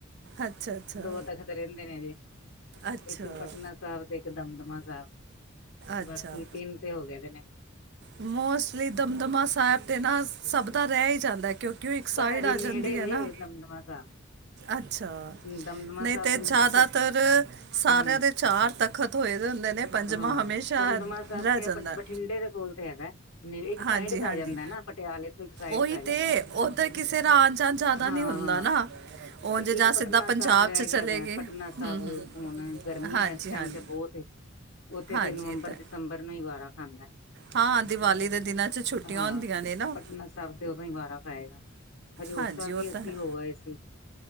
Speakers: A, on the right (about 55°); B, on the left (about 80°).
A: ਅੱਛਾ ਅੱਛਾ
B: ਦੋ ਤਖਤ ਰਹਿੰਦੇ ਨੇ ਸਾਡੇ
A: ਅੱਛਾ
B: ਇੱਕ ਪਟਨਾ ਸਾਹਿਬ ਇੱਕ ਦਮਦਮਾ ਸਾਹਿਬ
A: ਅੱਛਾ
B: ਬਾਕੀ ਤਿੰਨ ਤੇ ਹੋ ਗਏ ਤੇ ਨੇ
A: ਮੋਸਟਲੀ ਦਮਦਮਾ ਸਾਹਿਬ ਤੇ ਨਾ ਸਭ ਦਾ ਰਹਿ ਹੀ ਜਾਂਦਾ ਹੈ ਕਿਉਂ ਇੱਕ ਸਾਈਡ
B: ਪਰ ਹਜੇ
A: ਆ
B: ਨੇੜੇ
A: ਜਾਂਦੀ
B: ਵੇ
A: ਹੈ ਨਾ
B: ਦਮਦਮਾ ਸਾਹਿਬ
A: ਅੱਛਾ
B: ਦਮਦਮਾ
A: ਨਹੀਂ
B: ਸਾਹਿਬ
A: ਤੇ
B: ਪੰ
A: ਜ਼ਿਆਦਾਤਰ
B: ਇੱਥੇ
A: ਸਾਰਿਆਂ
B: ਹਮ
A: ਦੇ ਚਾਰ ਤਖਤ ਹੋਏ ਦੇ ਹੁੰਦੇ ਨੇ ਪੰਜਵਾਂ
B: ਹਾਂ
A: ਹਮੇਸ਼ਾ
B: ਦਮਦਮਾ
A: ਰਹਿ
B: ਸਾਹਿਬ ਤੇ
A: ਜਾਂਦਾ ਹੈ।
B: ਬਠਿੰਡੇ ਦੇ ਕੋਲ ਤੇ ਹੈਗਾ ਇੱਕ ਸਾਈਡ
A: ਹਾਂਜੀ
B: ਪੈ
A: ਹਾਂਜੀ
B: ਜਾਂਦਾ ਨਾ ਪਟਿਆਲੇ ਤੋਂ ਇੱਕ ਸਾਈਡ
A: ਉਹੀ
B: ਪੈ ਜਾਂਦਾ
A: ਤੇ ਉੱਧਰ ਕਿਸੇ ਦਾ ਆਣ ਜਾਂੰਦ ਜ਼ਿਆਦਾ
B: ਹਾਂ
A: ਨੀ ਹੁੰਦਾ
B: ਹਾਂ
A: ਨਾ ਉਝ
B: ਤੇ
A: ਜਾਂ
B: ਇੱਕ
A: ਸਿੱਧਾ
B: ਪਟਨਾ
A: ਪੰਜਾਬ
B: ਸਾਹਿਬ ਰਹਿ
A: ਚ ਚਲੇ
B: ਗਿਆ ਦਾ
A: ਗਏ
B: ਪਟਨਾ ਸਾਹਿਬ
A: ਹਮ ਹਮ
B: ਹੁਣ ਗਰਮੀ
A: ਹਾਂਜੀ
B: ਹੈ ਇਸ ਟਾਈਮ
A: ਹਾਂਜੀ
B: ਤੇ ਬਹੁਤ ਏ। ਉੱਥੇ
A: ਹਾਂਜੀ
B: ਤੇ ਨਵੰਬਰ
A: ਇਹ ਤਾਂ ਹੈ।
B: ਦਸੰਬਰ ਨੂੰ ਹੀ ਵਾਰਾ ਖਾਂਦਾ
A: ਹਾਂ ਦੀਵਾਲੀ ਦੇ ਦਿਨਾਂ 'ਚ ਛੁੱਟੀਆਂ
B: ਹਾਂ
A: ਹੁੰਦੀਆਂ ਨੇ ਨਾ
B: ਪਟਨਾ ਸਾਹਿਬ ਤੇ ਉਦੋਂ ਹੀ ਵਾਰਾ ਆਏਗਾ ਹਜ਼ੂਰ
A: ਹਾਂਜੀ
B: ਸਾਹਿਬ
A: ਉਹ
B: ਵੀ ਅਸੀਂ
A: ਤਾਂ ਹੈ
B: ਹੋ ਆ ਏ ਸੀ